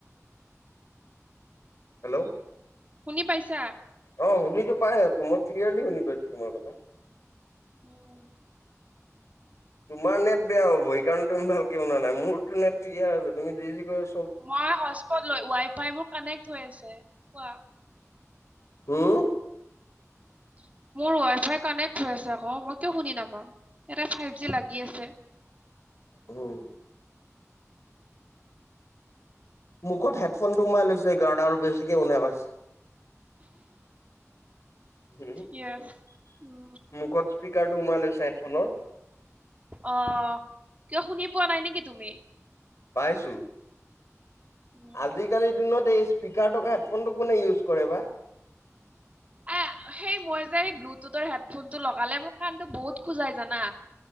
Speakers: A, on the left; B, on the right.
A: হেল্ল'।
B: শুনি পাইছা।
A: অ শুনি টো পাই আছো মই ক্লিয়াৰলি শুনি পাইছো তোমাৰ কথা।
B: উম।
A: তোমাৰ নেট বেয়া হ'ব সেইণে তুমি ভালকে বনা শুনা নাই মোৰতো নেট ক্লিয়াৰ আছে তুমি যি যি কৈ আছ।
B: মই হস্পত লৈ ৱাই ফাই মোৰ কানেক্ট হৈ আছে কোৱা।
A: হম।
B: <unintelligible> মোৰ ৱাইা ফাই কানেক্ট হৈ আছে আক মই কিয় শুনি নাপাম ইয়াতে ফাইভ জি লাগি আছে।
A: উম! মুখত হেডফোন টো সমাই লৈছে গাৰ্ডা আৰু বেছিকে শুন পাইছে। পাইছে।
B: য়েছ। উম
A: মুখত স্পীকাৰটো সোমাই লৈছে হেডফোনৰ।
B: আহ কিয় শুনি পোৱা নাই নেকি তুমি?
A: পাইছো।
B: উম,
A: আজিকালিৰ দিনত এই স্পীকাৰ থকা হেডফোনটো কোনে ইউজ কৰে বা।
B: এ সেই মই যে
A: অ',
B: এই ব্লুটুথৰ হেত। ফোনটো লগালে মোৰ কাণটো বহুত খোজাই জানা।